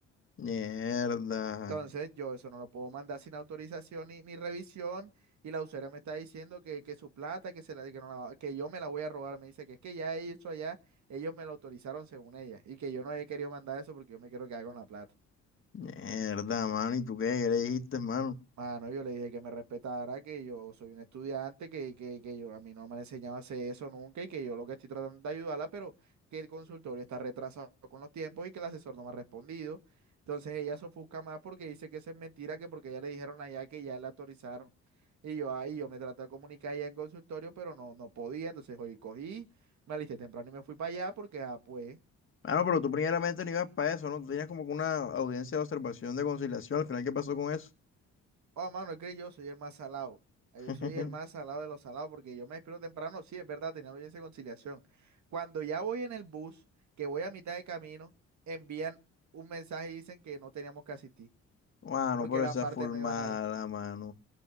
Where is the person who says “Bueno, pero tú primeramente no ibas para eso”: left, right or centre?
Left